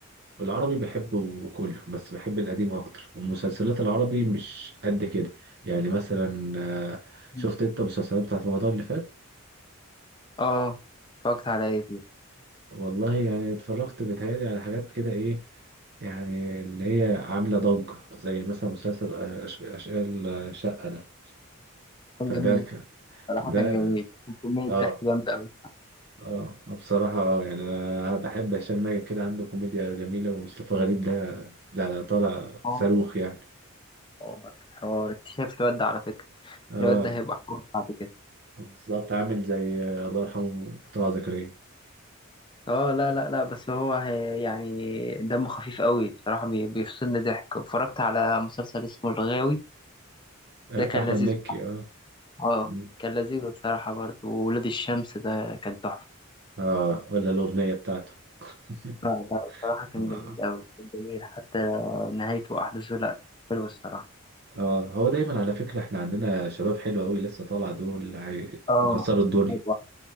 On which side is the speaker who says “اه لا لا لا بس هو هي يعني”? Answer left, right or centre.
Left